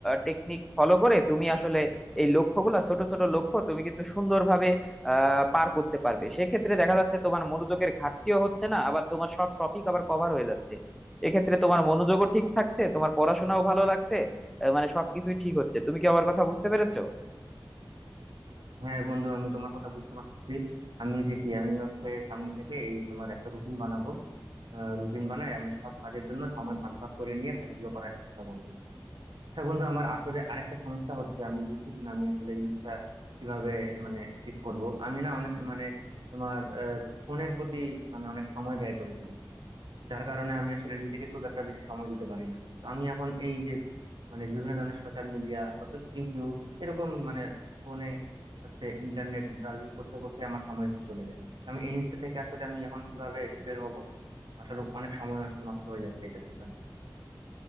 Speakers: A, in the centre; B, on the right (about 80°).
A: টেকনিক ফলো করে তুমি আসলে এই লক্ষ্যগুলো ছোট ছোট লক্ষ্য তুমি কিন্তু সুন্দরভাবে আহ, পার করতে পারবে সেক্ষেত্রে দেখা যাচ্ছে তোমার মনোযোগের ঘাটতিও হচ্ছে না আবার তোমার সব টপিক আবার কভার হয়ে যাচ্ছে এক্ষেত্রে তোমার মনোযোগও ঠিক থাকছে তোমার পড়াশোনাও ভালো লাগছে আহ, মানে সবকিছুই ঠিক হচ্ছে তুমি কি আমার কথা বুঝতে পেরেছো
B: হ্যাঁ বন্ধু আমি তোমার কথা বুঝতে পারতেছি আমি দেখি আমি হচ্ছে সামনে থেকে এই তোমার একটা রুটিন বানাবো রুটিন বানাই আমি সব কাজের জন্য সময় ভাগ ভাগ করে নিয়ে কাজগুলো করার চেষ্টা করবো আচ্ছা বন্ধু আমার আসলে আরেকটা সমস্যা হচ্ছে আমি বুঝতেছি না আমি আসলে এই জিনিসটা কিভাবে মানে ঠিক করব আমি না অনেক মানে তোমার ফোনের প্রতি মানে অনেক সময় ব্যয় করে ফেলি যার কারণে আমি আসলে নিজেকে খুব একটা বেশি সময় দিতে পারি না তো আমি এখন এই যে মানে বিভিন্ন ধরনের সোশ্যাল মিডিয়া ইউটিউব এরকম মানে ফোনে হচ্ছে ইন্টারনেট ব্রাউজিং করতে করতে আমার সময় চলে যায় তো আমি এই জিনিসটা থেকে আসলে আমি এখন কিভাবে বের হব আসলে অনেক সময় নষ্ট নষ্ট হয়ে যাচ্ছে এটার পিছনে